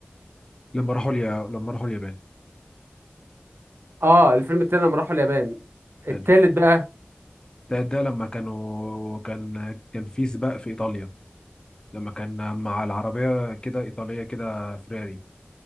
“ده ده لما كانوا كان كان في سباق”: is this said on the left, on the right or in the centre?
Left